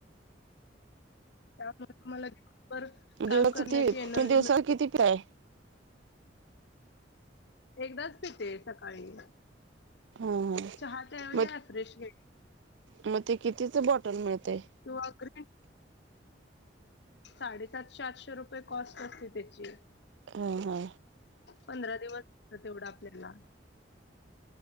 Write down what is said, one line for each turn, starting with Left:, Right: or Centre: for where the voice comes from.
Left: त्यामुळे मला दिवभर
Right: मग दिवसाचं
Left: काम करण्याची
Right: ती तुम्ही
Left: एनर्जी
Right: दिवसाला
Left: मिळते
Right: किती पिताय हा
Left: एकदाच भेटे सकाळी
Right: हा
Left: चहा त्या म्हजा
Right: मग
Left: फ्रेश घ
Right: मग ते कितीच बॉटल मिळते
Left: तो अक साडेसातशे आठशे रुपये कॉस्ट असते त्याची
Right: हा हा
Left: पंधरा दिवसत तेवढं आपल्याला